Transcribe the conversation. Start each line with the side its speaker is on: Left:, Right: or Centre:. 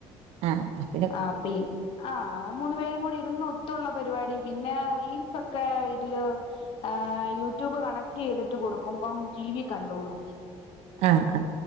Right: ആഹ് ആഹ്‌
Left: ആഹ് പി ആഹ് മൂന്നുപേരും കൂടി ഇരുന്ന് ഒത്തുള്ള പരിപാടി പിന്നെ റീൽസ് ഒക്കെ ഇതില് ഏഹ് യൂട്യൂബ് കണക്റ്റ് ചെയ്തിട്ട് കൊടുക്കുമ്പം ടി വി കണ്ടോളു
Right: ആഹ് ആഹ്